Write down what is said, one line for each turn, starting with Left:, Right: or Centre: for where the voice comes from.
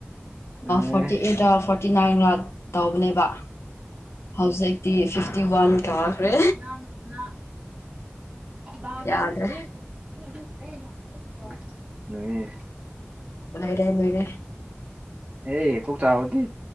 Right: ꯑꯦ
Left: ꯐꯣꯔꯇꯤ ꯑꯩꯠꯇ ꯐꯣꯔꯇꯤ ꯅꯥꯏꯟꯒ ꯇꯧꯕꯅꯦꯕ ꯍꯧꯥꯎꯁꯛꯇꯤ ꯐꯤꯐꯇꯤ ꯋꯥꯟ ꯀꯥꯈ꯭ꯔꯦ
Right: ꯅꯣꯡꯅꯥ ꯅꯣꯡꯅꯥ ꯒ ꯍꯥꯏꯗ
Left: ꯌꯥꯗ꯭ꯔꯦ
Right: <inaudible> ꯅ <inaudible>
Left: ꯅꯣꯢꯔꯦ ꯅꯣꯢꯔꯦ
Right: ꯑꯦ ꯀꯣꯛ ꯆꯥꯔꯗꯤ